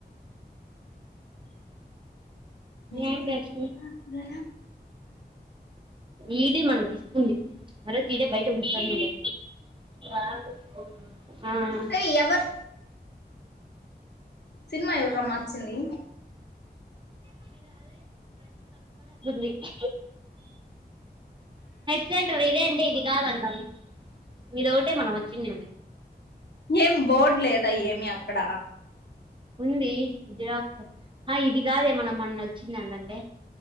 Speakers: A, on the left; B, on the right.
A: మీరు
B: ఎం
A: పెడతారా
B: చేస్తి ఈడే మనం తిసుకుంది ఆ రోజు ఈడే బయట కురచ్చునంగా ఆగు హ్మ్
A: రేయ్ ఎవరు సినిమా ఎవర్రా మార్చింది
B: నెక్ సీట్ ఇందెంది ఇది కాదండం ఇదోటే మనం వచ్చిందండి
A: ఏం బోర్డు లేదా ఏమి అక్కడ
B: ఉంది జిరాక్స్ ఆ ఇది కాదే మనం మొన్న వచ్చిందందంటే